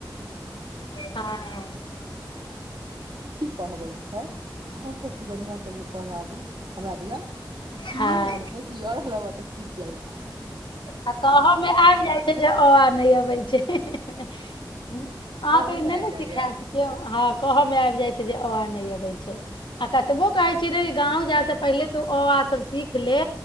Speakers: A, on the left; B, on the right.
A: हँ
B: पढ़बे छै हम सब से बढ़िया सब के पढ़ाबू हमरा दिया इतनियो
A: हँ
B: राहय त य र ल व तक सीख गेले ने
A: आ कहऽ मे आबि जाइ छै जे अ आ नहि अबै छै <inaudible>
B: कहमे
A: अहाँके एने
B: नहि आबि
A: ने
B: जाइया
A: सिखायल कहऽ में आबि जाइ छै जे आ नहि अबै छै आ
B: हँ
A: कतबोक कहय छीये गाँव जा त पहिले तू अ आ सब सीख ले